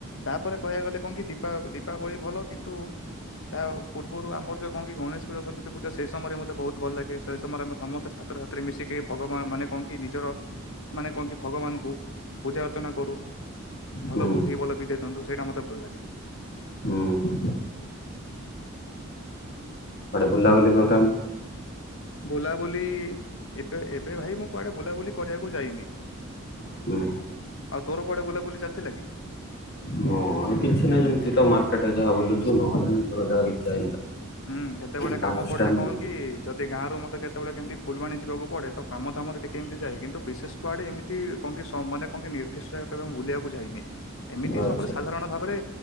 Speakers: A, on the left; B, on the left.
A: ତାପରେ କହିବାକୁ ଗଲେ କଣ କି ଦୀପା ଦୀପାବଳି ଭଲ କିନ୍ତୁ ତା ପୂର୍ବରୁ ଆମର ଯୋଉ କଣ କି ଗଣେଶ ପୂଜା ସରସ୍ୱତୀ ପୂଜା ସେଇ ସମୟରେ ମତେ ବହୁତ ଭଲ ଲାଗେ ସେ ସମୟରେ ଆମେ ସମସ୍ତେ ଛା ଛାତ୍ରଛାତ୍ରୀ ମିଶିକି ଭଗବାନ ମାନେ କଣ କି ନିଜର ମାନେ କଣ କି ଭଗବାନଙ୍କୁ ପୂଜା ଅର୍ଚ୍ଚନା କରୁ ଭଲ
B: ହୁଁ
A: ବୁଦ୍ଧି ଭଲ ବିଦ୍ୟା ଦିଅନ୍ତୁ ସେଇଟା ମତେ ଭଲ ଲାଗେ।
B: ହୁଁ ହୁଁ କୁଆଡ଼େ ବୁଲାବୁଲି ପ୍ରୋଗ୍ରାମ୍
A: ବୁଲାବୁଲି ଏବେ ଏବେ ଭାଇ ମୁଁ କୁଆଡ଼େ ବୁଲାବୁଲି କରିବାକୁ ଯାଇନି।
B: ହୁଁ
A: ଆଉ ତୋର କୁଆଡ଼େ ବୁଲାବୁଲି ଚାଲିଥିଲା କି?
B: ମୋର କିଛି ନାହି ଏମିତିତ ମାର୍କଟରେ ଜାହା ବଲୁଥିବି ନହଲେ ନିଜର ଜାହା କିଛି
A: ହୁଁ କେତେବେଳେ
B: ଲାଷ୍ଟ
A: କାମ ପଡ଼ିଲେ
B: ଟାଇମ୍
A: କଣ କି ଯଦି ଗାଁରୁ ମଟେ କେତେ କେତେବେଳେ କେମିତି ଫୁଲବାଣୀ ଯିବାକୁ ପଡ଼େ ତ କାମ ଧାମରେ ଟିକେ ଏମିତି ଯଏ କିନ୍ତୁ ବିଶେଷ କୁଆଡ଼େ ଏମିତି କଣ କି ମାନେ କଣ ନିର୍ଦ୍ଦିଷ୍ଟ ଜାଗାକୁ ମୁଁ ବୁଲିବାକୁ ଯାଇନି। ଏମିତି
B: ଆଚ୍ଛା
A: ସବୁବେଳେ ସାଧାରଣ ଭାବରେ